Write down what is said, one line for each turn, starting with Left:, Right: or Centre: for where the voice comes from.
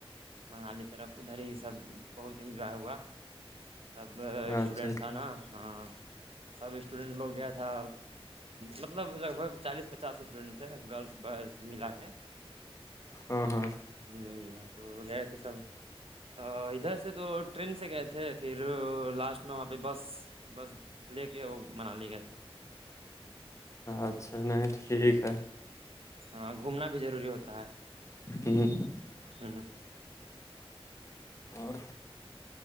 Right: منالی طرف ادھر ہی سب بہت انجوائے ہوا سب اسٹوڈینٹ
Left: اچھا اچھا
Right: تھا نا ہاں سب اسٹوڈینٹ لوگ گیا تھا مطلب لگ بھگ چالیس پچاس اسٹوڈینٹ تھ گرلس بوائز ملا کے
Left: ہوں ہاں
Right: جی جی ہاں تو وغیر تھے سب ادھر سے تو ٹرین سے گئے تھے پھر لاسٹ اس میں وہاں پہ بس بس لے کے وہ منالی گئے تھے
Left: اچھا نہیں ٹھیک ہے
Right: ہاں گھومنا بھی ضروری ہوتا ہے
Left: ہ
Right: ہ
Left: اور